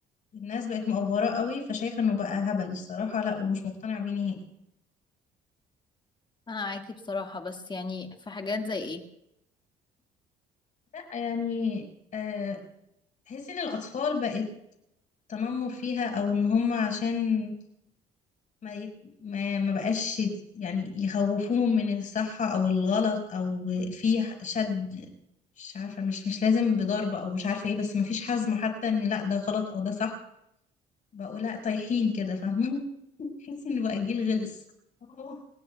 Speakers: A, on the left (about 50°); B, on the left (about 25°).
A: الناس بقت مقفره قوي فشايفه انه بقى هبل الصراحه لا ومش مقتنعه بيه نهائي
B: أنا معاكي بصراحة بس يعني في حاجات زي ايه؟
A: لا يعني آه تحسي ان الاطفال بقت تنمر فيها او ان هم عشان ما يت... ما ما بقاش يت- يعني يخوفوهم من الصح او الغلط او في ح- شد مش عارفه مش مش لازم بضرب او مش عارفه ايه بس ما فيش حزم حتى ان لا ده غلط او ده صح بقوا لا طايحين كده فاهمه <laughs> تحسي ان بقى جيل غلس اه